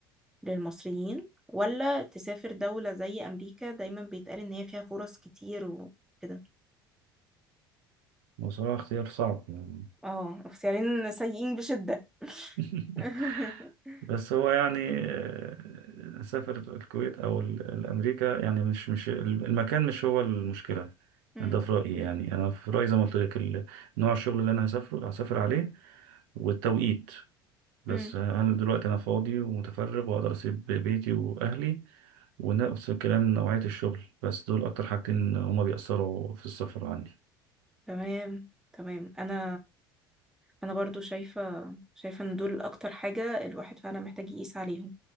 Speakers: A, in the centre; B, on the right (about 70°).
A: للمصريين ولا تسافر دولة زي امريكا دايما بيتقال ان هي فيها فرص كتير وكده
B: وصراحة اختيار صعب يعني
A: اه اختيارين سيئين بشدة
B: <laughs>
A: <laughs>
B: بس هو يعني آه، سافر الكويت او ال- الامريكا يعني مش مش المكان مش هو المشكله
A: مم.
B: ده في رايي يعني انا في رايي زي ما قلت لك ال- نوع الشغل اللي انا هسافره هسافر عليه والتوقيت بس
A: مم.
B: هل دلوقتي انا فاضي ومتفرغ واقدر اسيب بيتي واهلي ونفس الكلام نوعيه الشغل بس دول اكتر حاجتين هما بيأثروا في السفر عندي
A: تمام تمام انا انا برضو شايفة شايفة ان دول اكتر حاجة الواحد فعلا محتاج يقيس عليهم